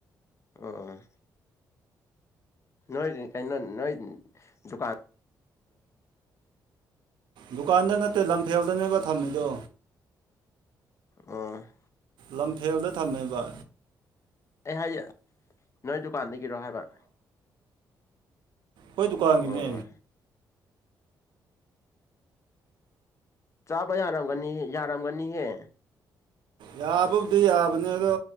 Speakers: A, on the left (about 40°); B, on the right (about 80°).
A: ꯑꯣ ꯅꯣꯏ ꯀꯩꯅꯩꯅ ꯅꯣꯏ ꯖꯨꯀꯥ
B: ꯗꯨꯀꯥꯟꯗ ꯅ ꯑꯇꯩ ꯂꯝꯐꯦꯜꯗꯅꯦꯕ ꯊꯝꯃꯤꯗꯣ
A: ꯑ
B: ꯂꯝꯐꯦꯜꯗ ꯊꯝꯃꯦꯕꯚ
A: ꯑꯦ ꯍꯥꯏ ꯌꯥ ꯅ ꯀꯥꯟꯗꯒꯤꯔꯣ ꯍꯥꯏꯕ
B: ꯑꯩꯣꯏ ꯗꯨꯀꯥꯟꯒꯤꯅꯦ
A: ꯑꯣ ꯆꯥꯕ ꯌꯥꯔꯝꯒꯅꯤ ꯌꯥꯔꯝꯒꯅꯤꯍꯦ
B: ꯌꯥꯕꯕꯨꯗꯤ ꯌꯥꯕꯅꯤ ꯑꯗꯣ